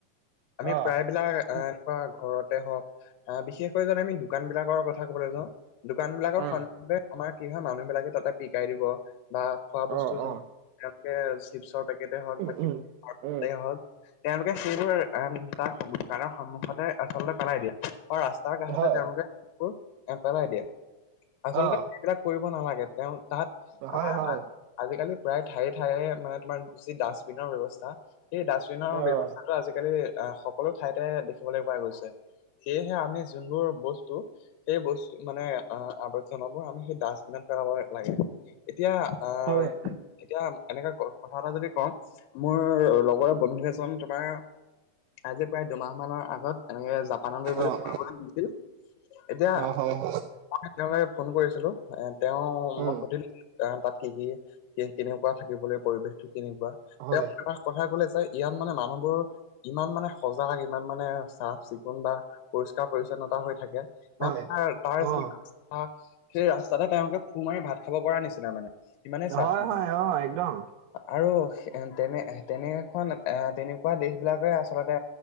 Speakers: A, on the left; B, on the right.
A: আমি
B: অ',
A: প্ৰায় বিলাক
B: উম,
A: এ একুৱা ঘৰতে হওঁক আহ বিশেষকৈ তাত আমি দোকান বিলাকৰ কথা কবলৈ যাওঁ। দোকান বিলাকৰ
B: উম,
A: ফ্ৰন্ততে আমাৰ কি হয় মানুহ বিলাকে তাতে পিকাই দিব। বা খোৱা বস্তু
B: অ',
A: যেনেকে
B: অ',
A: চিপছৰ পেকেট হওঁক বা কিবা
B: উম,
A: অন্য
B: উম,
A: পেকেত হওঁক তেওঁলোকে সেইবোৰ এ তাৰ দোকানৰ সন্মুখতে আচলতে পেলাই দিয়ে। বা ৰাস্ত তাৰ কষাতে
B: হয়,
A: তেওঁলোকে সেইবোৰ এ পেলাই দিয়ে। আচলতে
B: অ',
A: সইবিলাক কৰিব নালাগে, তেওঁ তাত
B: হয়,
A: আমাৰ
B: হয়,
A: আজিকালি প্ৰায় ঠায়ে ঠায়ে মানে তোমাৰ যি ডাষ্টবিনৰ ব্যয়ৱস্থা, সেই ডাষ্টবিনৰ
B: অ',
A: ব্যৱস্থা টো আজিকালি আহ সকলো ঠাইতে দেখিবলৈ পোৱা গৈছে। সেয়েহে আমি যোনবোৰ বস্তু সেই বস্তু মানে আৱৰ্জনাবোৰ আমি সেই ডাষ্টবিনত পেলাব লাগে। এতিয়া আৰু
B: হয়,
A: এতিয়া এনেকে কথা এটা যদি কওঁ মোৰ লগৰে বন্ধু এজন তোমাৰ আজি প্ৰায় দুমাহ মানৰ আগত এনেকে জাপানলৈ বুলি
B: অ',
A: ফুৰিবলৈ গৈছিল এতিয়া
B: অ', হয়, হয়,
A: মই তেওঁলে ফোন কৰিছিলো এ তেওঁ
B: উম,
A: মই সুধিলো আহ তাত কি কি কেনেকুৱা থাকিব লাগ পৰিৱেশটো কেনেকুৱা
B: হয়,
A: কথা ক'লে চাই ইমান মানে মানুহবোৰ ইমান মানে সজাগ ইমান মানে চাফ চিকুণ বা পৰিষ্কাৰ পৰি্ছন্নতা হৈ থাকে মানে
B: হয়।
A: তাৰ
B: অ',
A: য আহ সেই ৰাস্তাতে তেওঁলোকে ফু মাৰি ভাত খাব পৰা নিচিনা মানে। সিমানে চাফ
B: হয়,
A: চিকুন।
B: হয়, অ', একদম,
A: আৰু তেনে তেনেএখন তেনেকুৱা দেশবিলাকে আচলতে